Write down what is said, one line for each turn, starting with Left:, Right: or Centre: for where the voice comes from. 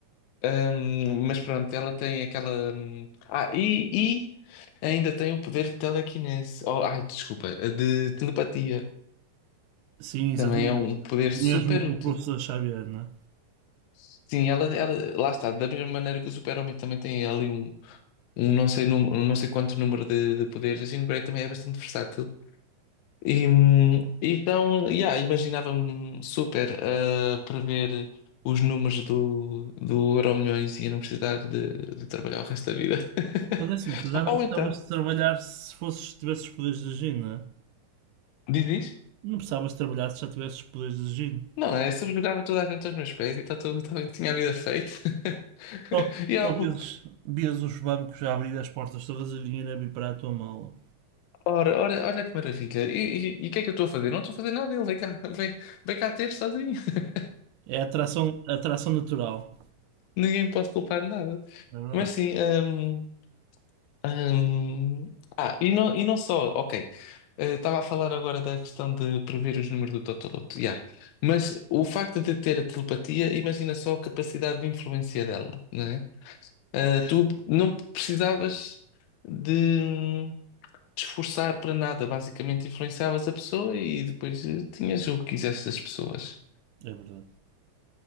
Left: Ahm, mas pronto, ela tem aquela. hum, Ah, e, e ainda tem o poder de telequinese. Oh, ai, desculpa, de telepatia.
Right: Sim, exatamente.
Left: Também é um poder super
Right: O mesmo que
Left: útil.
Right: o professor Xavier, não é?
Left: Sim, ela, ela, lá está, da mesma maneira que o Super-Homem também tem ali um, um não sei, num- um não sei quanto número de, de poderes, assim, o Grey também é bastante versátil. E, hum, então, yeah, imaginava-me super a prever os números do, do Euromilhões e a não precisar de, de trabalhar o resto da vida.
Right: Mas é assim,
Left: <laughs>
Right: tu já não
Left: Ou
Right: precisavas
Left: então,
Right: de trabalhar se fosses, tivesses os poderes de Jin, não é?
Left: diz isso?
Right: Não precisavas de trabalhar se já tivesses os poderes de Jin.
Left: Não, é subjugava toda a gente aos meus pés e tá tudo, tá, tinha a vida feita. <laughs>
Right: Só,
Left: E é algo.
Right: só vias, vias os bancos a abrir as portas todas e o dinheiro a vir para a tua mala.
Left: Ora, ora, olha que maravilha. E e- e o que é que eu estou a fazer? Não estou a fazer nada, ele vem cá, vem, vem cá ter sozinho. <laughs>
Right: É atração, atração natural.
Left: Ninguém me pode culpar de nada.
Right: É verdade.
Left: Mas sim, hum, Hum, ah, e não, e não só, ok. Eh, Estava a falar agora da questão de prever os números do Totoloto, yeah. Mas o facto de ter a telepatia, imagina só a capacidade de influência dela, não é? Eh, tu não precisavas de hum, te esforçar para nada, basicamente influenciavas a pessoa e depois eh, tinhas o que quisesse das pessoas.
Right: É verdade.